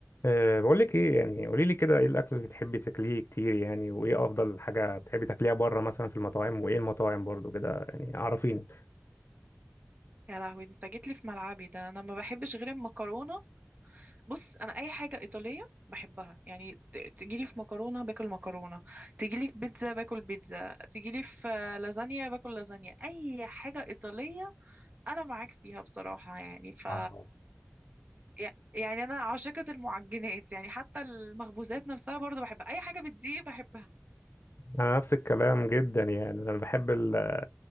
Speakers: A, on the left; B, on the right.
A: أه بقول لك ايه يعني قولي لي كده ايه الاكل اللي بتحبي تاكليه كتير يعني وايه افضل حاجه بتحبي تاكليها بره مثلا في المطاعم وايه المطاعم برضو كده يعني عارفين
B: يا لهوي انت جيت لي في ملعبي ده انا ما بحبش غير المكرونه بص انا اي حاجه ايطاليه بحبها يعني تجي لي في مكرونه باكل مكرونه تجي لي في بيتزا باكل بيتزا تجي لي في آه، لازانيا باكل لازانيا اي حاجه ايطاليه انا معاك فيها بصراحه يعني ف
A: آه.
B: يع- يعني انا عاشقه المعجنات يعني حتى المخبوزات نفسها برضو بحبها اي حاجه بتضيق بحبها
A: انا نفس الكلام جدا يعني انا بحب ال-